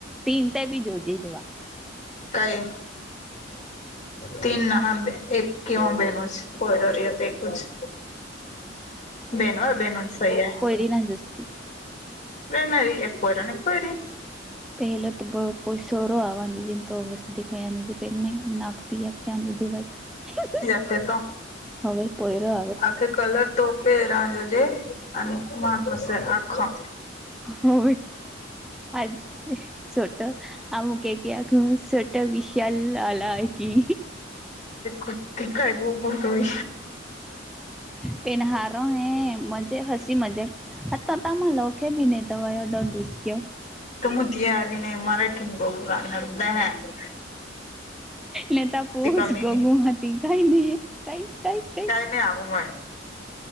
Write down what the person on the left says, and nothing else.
काय तीन ना एक किंव बेनूच कोयडोरियत एकूच बेनवा बेनणसय
रणार एक वर आणि एक वयरी
खडका
आखे कलर तोपेरा ज आणि मास आखा
क ठी काय गुळगुळतय
कमुतीया अभी नही मराठी का अभुत्यं
कमी
नाही
हाव हे